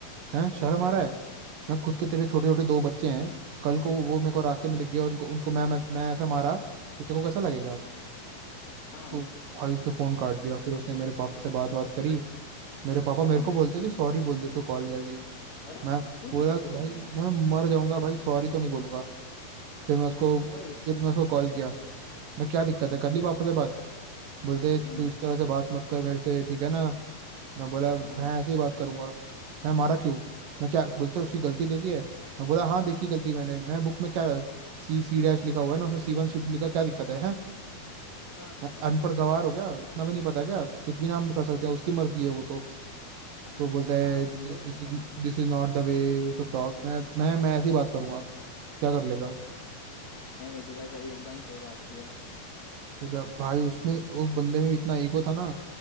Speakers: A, on the right; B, on the left.
A: हैं शर्म
B: वही
A: आ रहा है मैं खुद के तेरे छोटे छोटे दो बच्चे हैं कल को वो मेरे को रास्ते में दिख गए और उनको उनको मैं मैं मैं ऐसा मारा तो तेरे को कैसा लगेगा
B: हाँ
A: तो भाई उसने फोन काट दिया फिर उसने मेरे पापा से बात बात करी
B: अरे
A: मेरे पापा मेरे
B: हाँ
A: को बोलते कि सॉरी बोल दे उसको कॉल करके
B: अरे
A: मैं
B: तू
A: बोला
B: भी सॉरी
A: भाई
B: बोलेगा
A: मैं मर जाऊंगा भाई सॉरी तो नहीं बोलूंगा फिर मैं उसको
B: वही
A: फिर मैं उसको कॉल किया मैं क्या दिक्कत
B: हम्म
A: है कर ली पापा से बात बोलते तू
B: हम्म
A: इस तरह से बात मत कर मेरे से ठीक है ना मैं बोला मैं
B: हाँ हाँ
A: ऐसे ही बात करूंगा मैं मारा क्यों मैं क्या बोलते उसकी गलती
B: हम्म,
A: देखी है मैं बोला हाँ देखी गलती मैंने मैं बुक में क्या सी सी डैश लिखा हुआ है ना उसमें सी वन सी टू लिखा क्या दिक्कत है, हैं
B: हाँ
A: मैं
B: हाँ
A: अनपढ़ गवार हो गया इतना भी नहीं पता क्या कुछ भी नाम कर सकते हैं उसकी मर्जी है वो तो तो बोलता है
B: हाँ,
A: this
B: वही
A: is
B: बात
A: दिस इज
B: है
A: दिस इज not the way you should talk मैं मैं मैं ऐसे ही बात करूंगा क्या कर लेगा
B: नहीं नहीं तू भाई सही एकदम सही बात किया
A: तो क्या भाई उसमें उस बंदे में भी इतना ईगो था ना